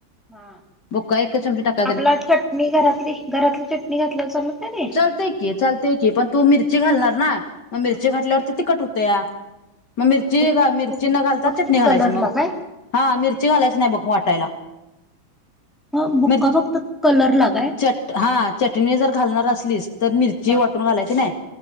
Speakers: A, in the centre; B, on the left.
A: हा.
B: बुका एक चमचा टक
A: आपला चटणी घरातली, घरातली चटणी घातलं चालत नाही ती.
B: चालतंय की चालत की, पण तू मिरची घालणार ना मग मिरची
A: हा
B: घातल्यावरती तिकट होत्या. मग मिरची
A: हा बुक
B: मिरची
A: बुक्का
B: न घालता
A: फक्त
B: चटणी घालायची
A: कलरला
B: मग,
A: काय?
B: हा मिरची घालायची नाही बघ वाटायला.
A: ह बुक्का
B: मिरची
A: फक्त कलर लाग
B: चट हा चटणी जर घालणार असलीस तर मिरची
A: ह
B: वाटून घालायची नाही.